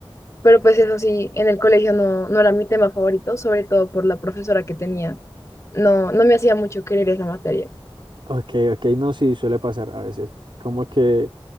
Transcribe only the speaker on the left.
pero pues eso sí, en el colegio no, no era mi tema favorito, sobre todo por la profesora que tenía. No, no me hacía mucho querer esa materia.